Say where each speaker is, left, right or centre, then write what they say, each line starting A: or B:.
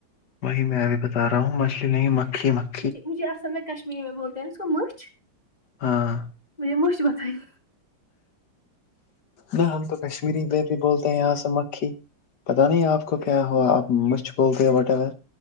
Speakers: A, on the left; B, on the left.
A: وہی میں ابھی بتا رہا ہوں مچھلی نہیںی مکھی مک
B: مجھ مجھے اصل میں کشمیری میں بولتے ہیں اس کو مچھ
A: ہاں
B: مجھے مش وتانی
A: نہ ہم تو کشمیری میں بھی بولتے ہیں یہاں سے مکھی پتاہ نہیں آپ کو کیا ہوا آپ مشھ بول گئے واٹ ایور